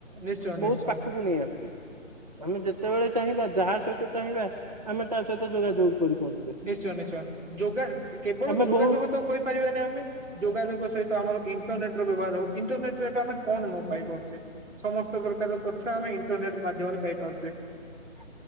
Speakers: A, on the right; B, on the right.
A: ନିଶ୍ଚୟ ନିଶ୍
B: ପାଖକୁ ନେଇ ଆସିଛି ଆମେ ଯେତେବେଳେ ଚାହିଁବା ଯାହା ସହିତ ଚାହିଁବା ଆମେ ତା ସହିତ ଯୋଗାଯୋଗ କରିପାରୁଛେ
A: ନିଶ୍ଚୟ ନିଶ୍ଚୟ ଯୋଗା କେବଳ
B: ଆମେ
A: ଯୋଗାଯୋଗ
B: ବହୁ
A: ତ କହିପାରିବାନି ଆମେ ଯୋଗାଯୋଗ ସହିତ ଆମର ଇଣ୍ଟ୍ରନେଟ ର ବ୍ୟବହାର ହୋଉ ଇଣ୍ଟ୍ରନେଟ ଆମେ କଣ ନା ପାଇଁ ପାରୁଛେ ସମସ୍ତ ପ୍ରକାର ତଥ୍ୟ ଆମେ ଇଣ୍ଟରନେଟ ରୁ ବାହା ମାଧ୍ୟମରେ ପାଇପାରୁଚେ।
B: ହ <inaudible>